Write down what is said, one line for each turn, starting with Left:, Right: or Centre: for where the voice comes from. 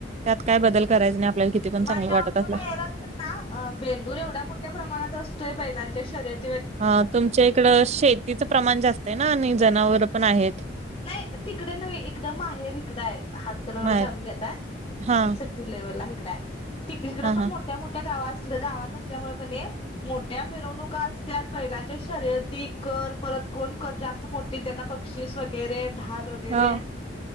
Right: त्यात काय बदल करायचं नाही आपल्याला किती पण
Left: माझ्या
Right: चांगलं वाटत
Left: आमच्या
Right: असलं
Left: माहेरात पण ना बेंदूर एवढ्या मोठ्या प्रमाणात असतोय बैलांच्या शर्यत
Right: अ तुमच्या इकड शेतीचं प्रमाण जास्त आहे ना आणि जनावरं पण आहेत.
Left: नाही तिकडे नव्हें इकडं माहेर इकडं हाय, हातकलंगडे
Right: माहेर
Left: तालुक्यात हाय.
Right: हा
Left: ती <unintelligible> ला इकडं हाय, हिकडं
Right: हा
Left: पण
Right: हा
Left: मोठ्या मोठ्या गावा गावात असल्यामुळं कनई मोठ्या मिरवणुका आस त्यात बैलांच्या शर्यती, कर परत कोण कर जास्त मोठी त्यांना ब क्षीस वगैरे, ढाल वगैरे
Right: हा